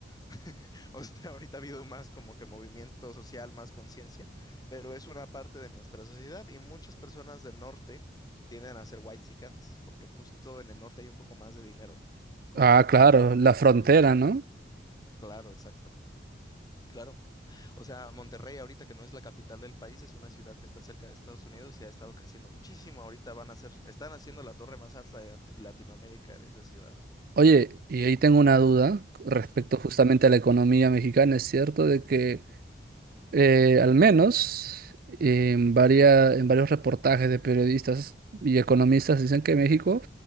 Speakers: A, on the left; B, on the right.
A: <laughs> O sea, ahorita ha habido más como que movimiento social, más conciencia, pero es una parte de nuestra sociedad y muchas personas del norte tienden a ser whitexicans porque justo en el norte hay un poco más de dinero, como
B: Ah,
A: lo
B: claro,
A: que hablábamos
B: la frontera,
A: de...
B: ¿no?
A: Claro, exacto. claro o sea, Monterrey ahorita que no es la capital del país, es una ciudad que está cerca de Estados Unidos y ha estado creciendo muchísimo. Ahorita van a hacer, están haciendo la torre más alta de Lat- Latinoamérica en esa ciudad.
B: Oye, y
A: Y,
B: ahí tengo una duda respecto
A: ujú,
B: justamente a la economía mexicana. ¿Es cierto de que eh, al menos en varia- en varios reportajes de periodistas y economistas dicen que México,